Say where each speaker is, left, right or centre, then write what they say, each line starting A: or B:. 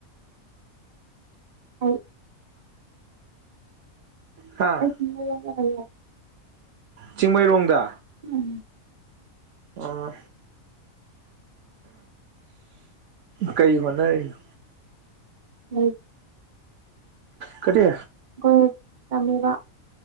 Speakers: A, on the right; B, on the right.
A: ꯍꯩꯠ
B: ꯍꯥꯥ
A: <unintelligible>
B: ꯆꯤꯡꯃꯩꯔꯣꯡꯗ
A: ꯎꯝ
B: ꯑꯥ ꯀꯩ ꯍꯣꯠꯅꯔꯤꯅꯣ
A: ꯍꯩꯠ
B: ꯀꯔꯤ
A: ꯀꯣꯂꯦꯖ ꯇꯝꯃꯤꯕ